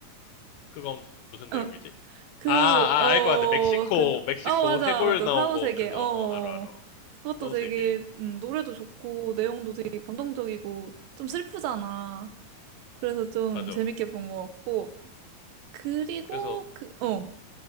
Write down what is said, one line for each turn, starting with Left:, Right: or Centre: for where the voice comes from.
Left: 그건 무슨
Right: 어.
Left: 내용이지?
Right: 그,
Left: 아, 아,
Right: 어,
Left: 알 것 같아. 멕시코,
Right: 그,
Left: 멕시코
Right: 어, 맞아,
Left: 해골
Right: 맞아.
Left: 나오고
Right: 사후세계,
Left: 그거,
Right: 어, 어.
Left: 어, 알아, 알아.
Right: 어. 그것도
Left: 서우세계.
Right: 되게, 음, 노래도 좋고, 내용도 되게 감동적이고, 좀 슬프잖아. 그래서 좀
Left: 맞아.
Right: 재밌게 본 것 같고. 그리고,
Left: 그래서,
Right: 그, 어,